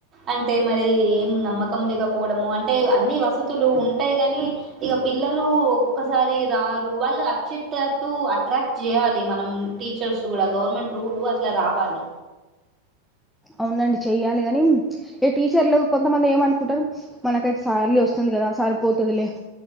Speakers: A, on the right (about 30°); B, in the centre.
A: అంటే మరి ఏం నమ్మకం లేకపోవడమో అంటే అన్ని వసతులు ఉంటాయి గనీ ఇగ పిల్లలు ఒక్కొక్కసారి రారు వాళ్ళు అచ్చే టట్టు అట్రాక్ట్ చేయాలి మనం టీచర్స్ కూడా గవర్నమెంట్ రూలు అట్ల రావాలి.
B: అవునండి చేయాలి గని ఇగ టీచర్లు కొంతమంది ఏమనుకుంటరు మనకైతే సాలరీ వస్తుం ది కదా సరిపోతదిలే